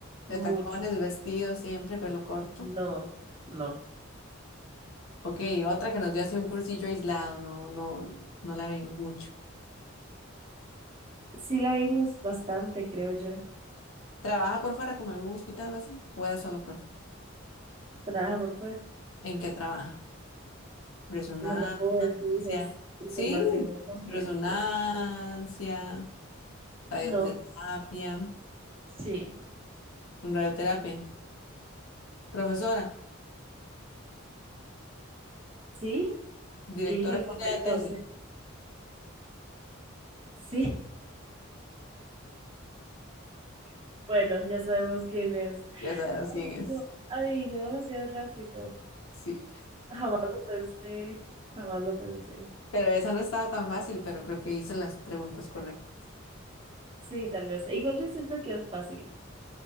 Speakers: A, on the right (about 25°); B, on the left (about 85°).
A: mucho.
B: de tacones, vestido siempre, pelo corto.
A: No, no.
B: Ok, otra que nos dio así un cursillo aislado, no, no, no la vimos mucho.
A: Sí la vimos bastante, creo yo.
B: ¿Trabaja por fuera como algún hospital o así? ¿O era solo profe?
A: Trabaja por fuera.
B: ¿En qué trabaja? Resonancia.
A: No lo puedo decir, es información
B: Sí,
A: confidencial.
B: resonancia, radioterapia,
A: No,
B: mm,
A: sí.
B: radioterapia. Profesora,
A: Sí,
B: directora
A: rige el papel
B: suya de
A: de
B: tesis.
A: 12. Sí, <laughs> bueno, ya sabemos quién es.
B: Ya sabes
A: Ay,
B: quién es.
A: no, adivino demasiado rápido.
B: Sí.
A: Jamás lo pensé, jamás lo pensé.
B: Pero esa no estaba tan fácil, pero creo que hice las preguntas correctas.
A: Sí, tal vez. E Igual yo siento que es fácil.